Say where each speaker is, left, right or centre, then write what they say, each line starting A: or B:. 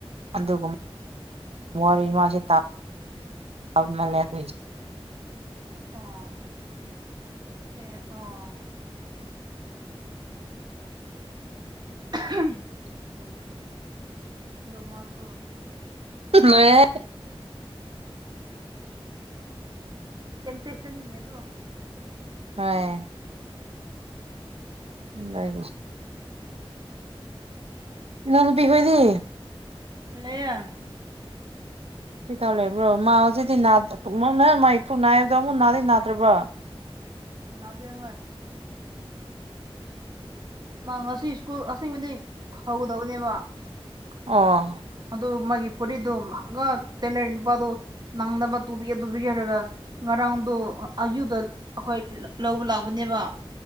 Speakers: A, on the right; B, on the right.
A: ꯑꯗꯨꯒꯨꯝ ꯋꯥꯔꯤ ꯃꯥꯥꯁꯦ ꯇꯥꯕꯜꯂꯦ ꯑꯗꯨ
B: ꯑꯣ ꯑꯦ ꯑꯣ ꯎ ꯗ ꯃꯥꯁꯨꯨꯔ
A: ꯃꯣꯏ
B: ꯀꯦꯝꯇꯦꯁꯅꯤꯅꯦ ꯑꯗꯣ
A: ꯍ ꯎ ꯂꯩ ꯏꯅꯣꯅ ꯄꯤꯒ ꯑꯣꯏꯣꯏꯗꯤ
B: ꯍ꯭ꯂꯌꯥ
A: ꯀꯩꯇꯥꯎ ꯂꯩꯕ꯭ꯔꯣ ꯃꯥ ꯍꯧꯖꯤꯗꯤ ꯅꯪ ꯃꯥꯥꯏ ꯄꯨꯛ ꯅꯥꯏꯕꯗꯣ ꯑꯃꯨꯛ ꯅꯥꯩ ꯅꯥꯗ꯭ꯔꯕ꯭ꯔꯣ
B: ꯅꯗꯋꯥ ꯃꯥ ꯉꯁꯤ ꯁ꯭ꯀꯨꯜ ꯑꯁꯦꯡꯕꯗꯤꯛ ꯍꯧꯒꯗꯧꯕꯅꯦꯕ
A: ꯑꯣ
B: ꯑꯗꯨ ꯃꯥꯒꯤ ꯐꯨꯔꯤꯠꯇꯣ ꯇꯦ ꯂꯩꯔ ꯅꯨꯄꯥꯗꯣ ꯅꯪꯗ ꯑꯃ ꯇꯒꯦ ꯇꯨꯕꯤꯒꯦꯔꯒ ꯉꯔꯥꯡꯗꯣ ꯑꯌꯨꯗ ꯑꯩꯈꯣꯏ ꯂꯧꯕ ꯂꯥꯛꯄꯅꯦꯕ